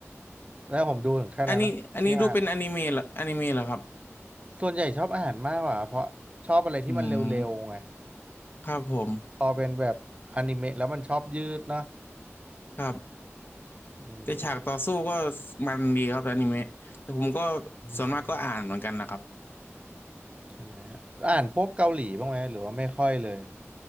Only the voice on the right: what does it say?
แล้วผมดูถึงแค่นั้นนะที่อ่านอะ
ส่วนใหญ่ชอบอาหารมากกว่าเพราะชอบอะไรที่มันเร็วๆไง
พอเป็นแบบอนิเมะแล้วมันชอบยืดเนาะ
อืมก็จะ
ไม่ซ้
ำใช่ไหมอ่านพวกเกาหลีบ้างไหมหรือว่าไม่ค่อยเลย